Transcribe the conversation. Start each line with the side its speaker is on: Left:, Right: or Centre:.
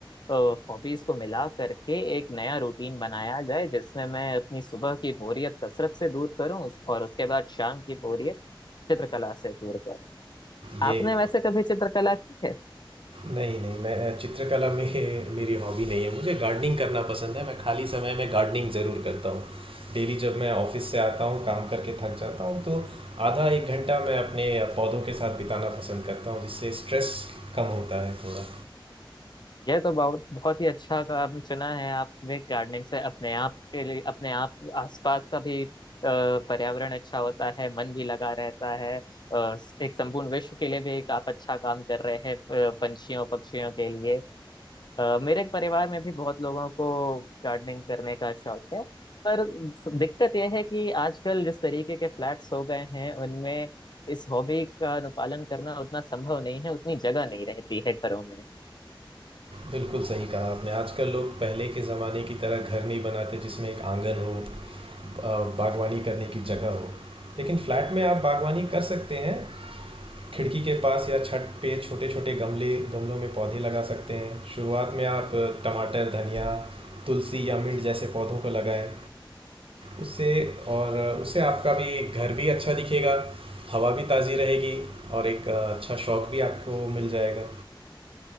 Left: हॉबीज को मिला करके एक नया रूटीन बनाया जाए जिसमें मैं अपनी सुबह की बोरियत कसरत से दूर करूं और उसके बाद शाम की बोरियत चित्रकला से दूर करूं
Right: ये
Left: आपने वैसे कभी चित्रकला की है
Right: नहीं नहीं मैं चित्रकला में <laughs> मेरी हॉबी नहीं है मुझे गार्डनिंग करना पसंद है मैं खाली समय में गार्डनिंग ज़रूर करता हूँ डेली जब मैं ऑफिस से आता हूँ काम करके थक जाता हूँ तो आधा एक घंटा मैं अपने पौधों के साथ बिताना पसंद करता हूँ जिससे स्ट्रेस कम होता है थोड़ा
Left: यह तो बहुत बहुत ही अच्छा काम चुना है आपने गार्डनिंग से अपने आप के लिए अपने आप आसपास का भी अ, पर्यावरण अच्छा होता है मन भी लगा रहता है अ, एक संपूर्ण विश्व के लिए भी एक आप अच्छा काम कर रहे हैं अ, पंछियों पक्षियों के लिए अ, मेरे परिवार में भी बहुत लोगों को गार्डनिंग करने का शौक है पर दिक्कत यह है कि आजकल जिस तरीके के फ्लैट्स हो गए हैं उनमें इस हॉबी का अनुपालन करना उतना संभव नहीं है उतनी जगह नहीं रहती है घरों में
Right: बिल्कुल सही कहा आपने आजकल लोग पहले के ज़माने की तरह घर नहीं बनाते जिसमें एक आंगन हो अ, बागवानी करने की जगह हो लेकिन फ्लैट में आप बागवानी कर सकते हैं खिड़की के पास या छत पे छोटे छोटे गमले गमलों में पौधे लगा सकते हैं शुरुआत में आप टमाटर धनिया तुलसी या मिंट जैसे पौधों को लगाएं उससे और उससे आपका भी घर भी अच्छा दिखेगा हवा भी ताज़ी रहेगी और एक अच्छा शौक भी आपको मिल जाएगा